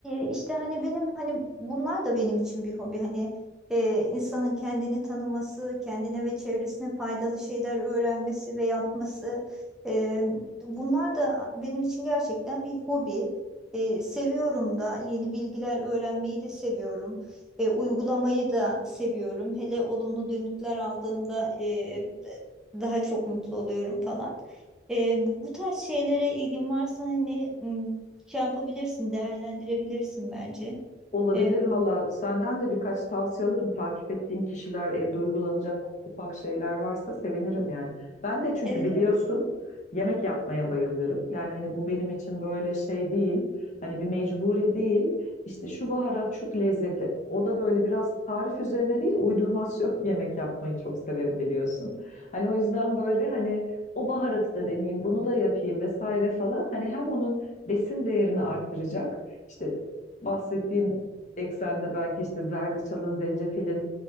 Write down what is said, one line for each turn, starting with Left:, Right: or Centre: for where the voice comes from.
Centre: e, işte hani benim hani bunlar da benim için bir hobi. Hani e, insanın kendini tanıması, kendine ve çevresine faydalı şeyler öğrenmesi ve yapması. e, bunlar da benim için gerçekten bir hobi. E, seviyorum da yeni bilgiler öğrenmeyi de seviyorum. E, uygulamayı da seviyorum. Hele olumlu dönütler aldığımda e, daha çok mutlu oluyorum falan. E, bu bu tarz şeylere ilgin varsa hani şey yapabilirsin, değerlendirebilirsin bence.
Left: Olabilir
Centre: Ee,
Left: valla. Senden de birkaç tavsiye alırım. Takip ettiğin kişiler, evde uygulanacak ufak şeyler varsa sevinirim yani. Ben de çünkü
Centre: evet
Left: biliyorsun
Centre: evet.
Left: yemek yapmaya bayılırım. Yani hani bu benim için böyle şey değil. Hani bir mecburi değil. İşte şu baharat, şu lezzetle. O da böyle biraz tarif üzerine değil, uydurmasyon <laughs> yemek yapmayı çok severim biliyorsun. Hani o yüzden böyle hani o baharatı da deneyeyim, bunu da yapayım vesaire falan. Hani hem onun besin değerini arttıracak. işte bahsettiğin eksende belki işte zerdeçalın, zencefilin,